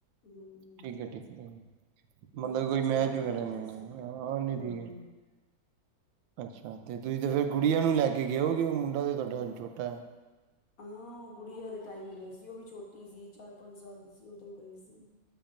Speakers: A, on the left; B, on the right.
A: ਹਮ
B: ਠੀਕ ਹੈ ਠੀਕ ਹੈ ਠੀਕ ਮਤਲਬ
A: ਨਾਲ ਬੱਚੇ
B: ਕੋਈ ਮੈਚ
A: ਨੂੰ ਵੀ ਦਿਖਾਤਾ
B: ਵਗੈਰਾ ਨੀ ਹੈਗਾ
A: ਸੀ
B: ਹਾਂ ਨੀ
A: ਹਮ
B: ਠੀਕ ਹੈ। ਅੱਛਾ ਤੇ ਤੁਸੀਂ ਤੇ ਫੇਰ
A: ਹਾਂ
B: ਗੁੜੀਆਂ ਨੂੰ ਲੈ ਕੇ ਗਏ ਹੋਵੋਗੇ। ਮੁੰਡਾ ਤੇ ਤੁਹਾਡਾ ਛੋਟਾ ਹੈ।
A: ਹਾਂ ਉਹ ਗੁੜੀਆਂ ਦੇ ਟਾਈਮ ਹੀ ਗਏ ਸੀ। ਉਹ ਵੀ ਛੋਟੀ ਸੀ ਚਾਰ ਪੰਜ ਸਾਲ ਦੀ ਸੀ ਉਦੋਂ ਗਏ ਸੀ।